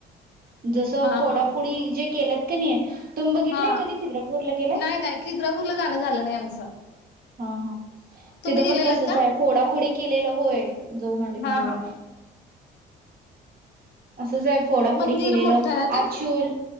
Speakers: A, on the right; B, on the left.
A: जस
B: हा
A: फोडाफोडी
B: हा
A: जे केल्यात <unintelligible>
B: हा.
A: कधी खिद्रापूरला गेलाय?
B: नाही नाही खिद्रापूरला जाणं झालं नाही आमचं.
A: हा हा
B: तुम्ही
A: तिथं
B: गेलेलात
A: पण तसच
B: का?
A: आहे फोडाफोडी केलेलं होय. जाऊन आले मी.
B: हा
A: दोन
B: हा.
A: वेळा. तुझं हाय फोडाफोडी
B: मंदिर
A: केलेलं.
B: मोठं आहे ना ते?
A: ऍक्च्युल